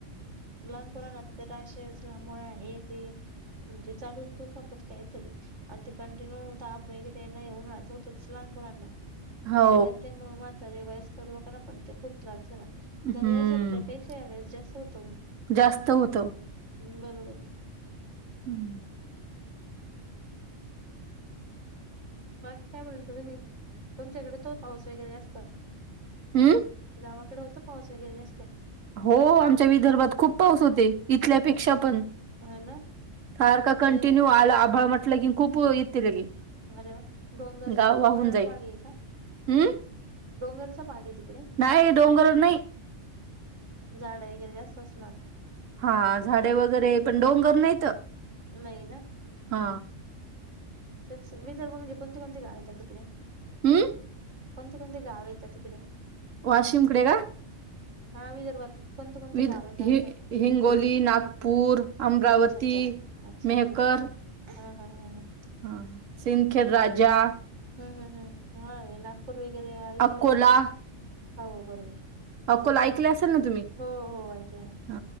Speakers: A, on the right; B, on the right.
A: लहानपणा राशॅमुळे आहे ते म्हणजे चालूच चुकापत काहीतरी, आणि ते कंटिन्यू ताप वगैरे नाही येऊणार होतच लहानमुलाांना
B: हो
A: म्हणजे ते, मग मात रे वयस्कर लोकना, पण ते खूप त्रास झाला....
B: हम्म
A: दरवर्षी प्रपेक्षा या वेळेस जास्त होत...
B: जास्त होत.
A: हम, बरोबर.
B: हम्म, <inaudible>
A: बाकी काय म्हणता तुम्ही, तुमच्याकडे तो पाऊस वगैरे जास्त...
B: हम्म,
A: गावाकडे होंतो पाऊस वगैरे जास्त...
B: हो आमच्या विदर्भात खूप पाऊस होते इथल्यापेक्षा
A: ह
B: पण...
A: ना
B: सारख कंटिन्यू
A: ते
B: आल आभाळ म्हटलं कि खूप... लगे.
A: अरे वा डोंगरचा
B: गाव वाहून
A: डोंगराळ
B: जाईल
A: भाग आहे का
B: हम्म...
A: डोंगरचा भाग आहे तिकडे
B: नाही डोंगर नाही...
A: झाड वगैरे जास्त असणार...
B: हा झाडे वगैरे पण डोंगर नाहीत..
A: नाही नाहीय ना...
B: हा
A: मी जर म्हणजे कोणते कोणती गाव येतात तिकडे...
B: हम्म...
A: कोणते कोणते गाव येतात तिकडे...
B: वाशिम कडे का...
A: हा विदर्भात... कोणती कोणती
B: विद
A: गाव येतात
B: हि
A: असं
B: हिंगोली नागपूर अमरावती
A: अच्छा अच्छा अच्छा
B: मेहकर
A: हा.... हा हम ह
B: हा सिमखेर राजा
A: हम्म हम्म हम्म हा नागपूर वगैरे ऐकलंय
B: अकोला
A: मी हो बरोबर
B: अकोला ऐकले असेल ना तुम्ही
A: हो हो ऐकलं ना
B: अ